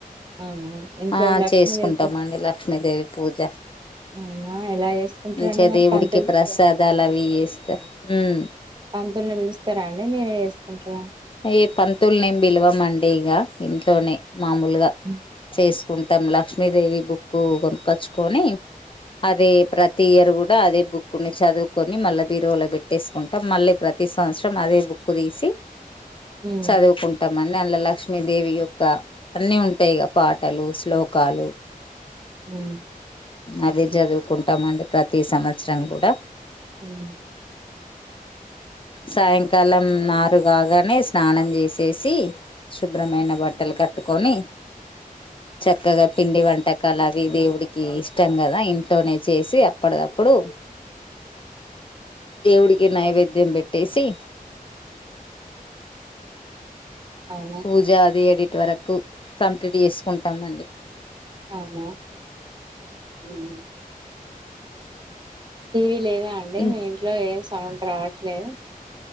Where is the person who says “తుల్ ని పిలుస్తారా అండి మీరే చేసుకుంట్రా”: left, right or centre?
Right